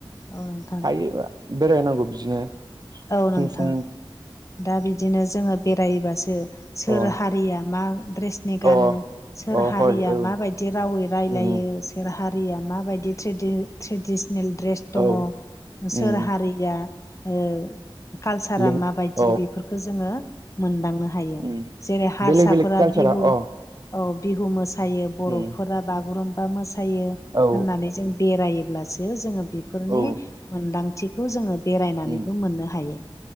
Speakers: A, on the left; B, on the right.
A: औ नोंथां
B: हायो बेरायनांगौ बिदिनो
A: औ
B: फुं
A: नोंथां
B: फुं
A: दा बिदिनो जोङो बेरायोबासो सोर
B: अ
A: हारिया मा द्रेसनि गानो
B: अ
A: सोर
B: अ
A: हारिया
B: हय औ
A: माबायदि रावै रायलायो
B: उम
A: हारिया माबायदि ट्रेडि ट्रेडिसनेल दङ
B: औ
A: सोर
B: उम
A: हारिया ओ कालसारा
B: लों
A: माबायदि
B: औ
A: बेफोरखौ जोङो मोनदांनो हायो।
B: उम
A: जेरै हारसाफोरा
B: बेलेग बेलेग कालसारा
A: बिहु
B: अ
A: औ बिहु मोसायो बर'फोरा
B: उम
A: बागुरुम्बा बा मोसायो
B: औ
A: होननानै जों बेरायोब्लासो जोङो बेफोरनि
B: औ
A: मोनदांथि बेखौ जोङो बेरायनानैबो
B: उम
A: मोननो हायो